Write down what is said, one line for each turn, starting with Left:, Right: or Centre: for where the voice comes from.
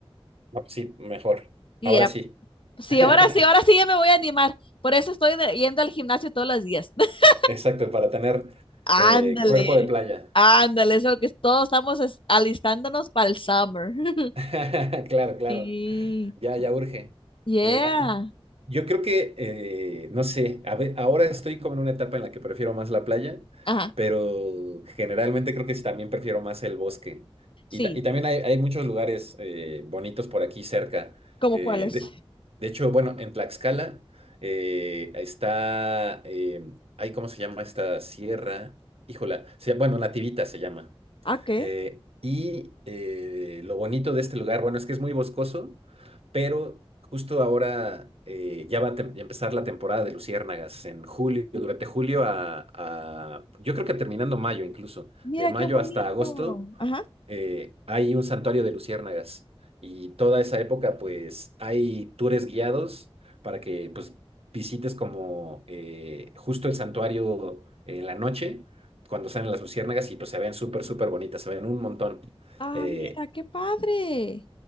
Right: pues sí, mejor.
Left: Ya
Right: Ahora sí.
Left: Sí, ahora
Right: <laughs>
Left: sí, ahora sí ya me voy a animar. Por eso estoy de- yendo al gimnasio todos los días. <laughs>
Right: Exacto, para tener
Left: Ándale,
Right: eh, cuerpo de playa.
Left: ándale, Eso que todos estamos es- alistándonos para el summer. <laughs>
Right: <laughs> Claro, claro.
Left: Sí.
Right: Ya, ya urge.
Left: Yeah.
Right: Eh, ah, yo creo que, eh, no sé, a ve- ahora estoy como en una etapa en la que prefiero más la playa,
Left: Ajá,
Right: pero generalmente creo que sí también prefiero más el bosque.
Left: sí.
Right: Y, ta- y también hay, hay muchos lugares eh, bonitos por aquí cerca.
Left: ¿cómo
Right: Eh,
Left: cuáles?
Right: de, de hecho, bueno, en Tlaxcala eh, está, eh, ay, ¿cómo se llama esta sierra? Híjola, se- bueno, Nativita se llama.
Left: Ah, ¿qué?
Right: Eh, y eh, lo bonito de este lugar, bueno, es que es muy boscoso, pero justo ahora eh, ya va a tem- empezar la temporada de luciérnagas en julio, durante julio a, a- yo creo que terminando mayo incluso,
Left: Mira
Right: de mayo
Left: qué bonito.
Right: hasta agosto
Left: Ajá.
Right: eh, hay un santuario de luciérnagas y toda esa época pues hay tours guiados para que pues visites como eh, justo el santuario en la noche cuando salen las luciérnagas y pues se ven súper súper bonitas, se ven un montón.
Left: Ah,
Right: Eh,
Left: mira, qué padre.